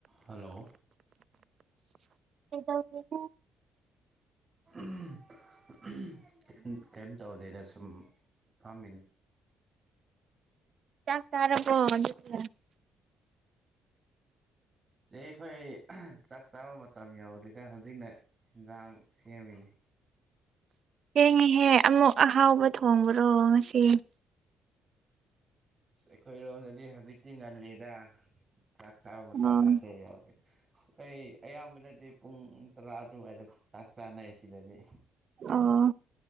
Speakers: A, on the right; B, on the right.
A: hello
B: ꯀꯩꯗꯧꯔꯤꯒꯦ
A: ꯎꯝ ꯎꯝ ꯀꯩꯝ ꯀꯩꯝ ꯇꯧꯗꯦꯗ ꯁꯨꯝ ꯐꯝꯃꯤꯅꯤ
B: ꯆꯥꯛ ꯆꯥꯔꯕꯣ ꯑꯗꯨꯒ
A: ꯆꯦ ꯑꯩꯈꯣꯏ ꯆꯥꯛ ꯆꯥꯕ ꯃꯇꯝ ꯌꯧꯗꯔꯤꯗ ꯍꯧꯖꯤꯛꯅ ꯏꯟꯖꯥꯡ ꯁꯦꯝꯃꯤꯅꯤ
B: ꯊꯦꯡꯉꯤꯍꯦ ꯑꯃꯨꯛ ꯑꯍꯥꯎꯕ ꯊꯣꯡꯕ꯭ꯔꯣ ꯉꯁꯤ
A: ꯑꯁ ꯑꯩꯈꯣꯏꯔꯣꯝꯗꯗꯤ ꯍꯧꯖꯤꯛꯇꯤ ꯉꯜꯂꯤꯗ ꯆꯥꯛ ꯆꯥꯕ ꯃꯇꯝꯒꯥꯁꯦ
B: ꯑꯣ
A: ꯌꯧꯗꯤ ꯑꯩꯈꯣꯏ ꯑꯌꯥꯝꯕꯅꯗꯤ ꯄꯨꯡ ꯇꯔꯥ ꯑꯗꯨꯋꯥꯏꯗ ꯆꯥꯛ ꯆꯥꯅꯩ ꯁꯤꯗꯗꯤ
B: ꯑꯣ